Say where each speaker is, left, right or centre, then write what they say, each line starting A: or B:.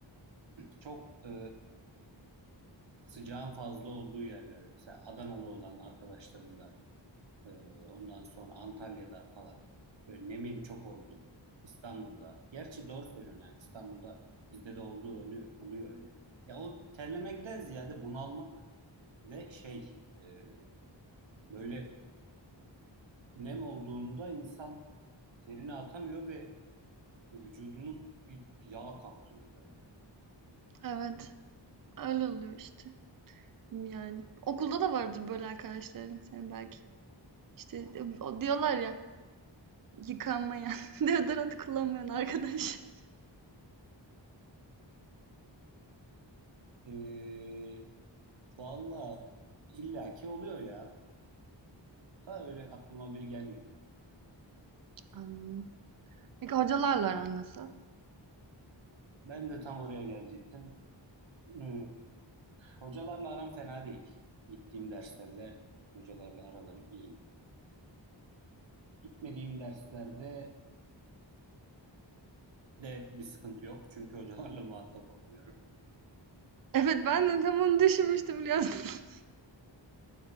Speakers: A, on the right; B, on the right.
A: çok e, sıcağın fazla olduğu yerlerde mesela Adanalı olan arkadaşlarım da e, ondan sonra Antalya'da falan böyle nemin çok oldu. İstanbul'da. Gerçi doğru söylüyorsun yani İstanbul'da bizde de olduğu oluyor, oluyor öyle. Ya o terlemekten ziyade bunalmak Ve şey e, böyle nem olduğunda insan terini atamıyor ve vücudunu bir yağ kaplıyor böyle.
B: Evet. Öyle oluyor işte. Yani. Okulda da vardır böyle arkadaşların senin belki. İşte o diyorlar ya yıkanmayan, <laughs> deodorant kullanmayan arkadaş.
A: E, valla illaki oluyor ya. Da öyle aklıma biri gelmedi yani.
B: Anladım. Peki hocalarla aran nasıl?
A: Ben de tam oraya gelecektim. E, hocalarla aram fena değil. Gittiğim derslerde hocalarla aralarım iyi. Gitmediğim derslerde <clears throat> de bir sıkıntı yok. Çünkü hocalarla muhatap olmuyorum.
B: Evet ben de tam onu düşünmüştüm biliyorsun.